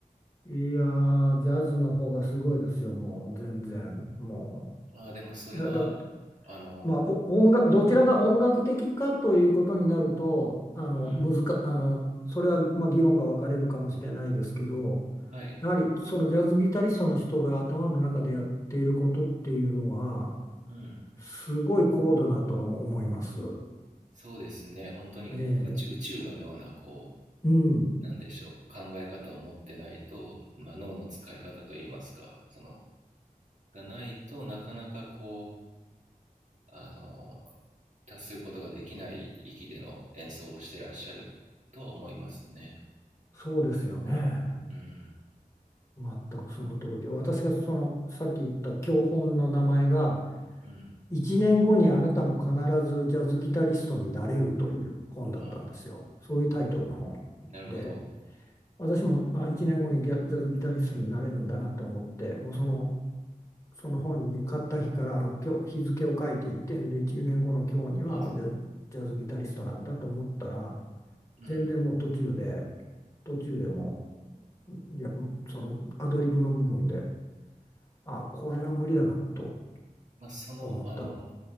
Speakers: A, on the left (about 20°); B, on the right (about 55°).
A: いやー、ジャズの方がすごいですよ、もう全然。も
B: ああでもそれは
A: う。だ、だ、
B: あの
A: まあ、お音楽、どちらが音楽的かということになると、あの、
B: うん。
A: 難か、あの、それは、まあ、議論が分かれるかもしれないですけど、
B: はい
A: やはりそのジャズギタリストの人が頭の中でやっていることっていうのは、
B: うん。
A: すごい高度だと思います。
B: そうですね本当に宇宙宇宙のようなこ
A: ええ。うん。
B: うなんでしょう考え方を持ってないと、まあ、脳の使い方といいますかそのがないとなかなかこうあの達することができない域での演奏をしてらっしゃるとは思いますね。
A: そうですよね。
B: うん
A: 全くその通りで、私がその、さっき言った教本の名前が、
B: うん。
A: 1年後にあなたも必ずジャズギタリストになれるという本だったんですよ。
B: ああ、
A: そういうタイトルの本で、
B: なるほど。
A: 私もあ1年後にギャジャズギタリストになれるんだなと思って、
B: うん。
A: もうその、その本に買った日からあ今日日付を書いていってんで、1年後の今日にはジャ、
B: まあ、
A: ジャズギタリストなんだと思ったら、
B: うん。
A: 全然もう途中で、途中でもう、いや、そのアドリブの部分で、あ、これは無理だなと
B: まあ、その、
A: 思った。
B: あの、
A: は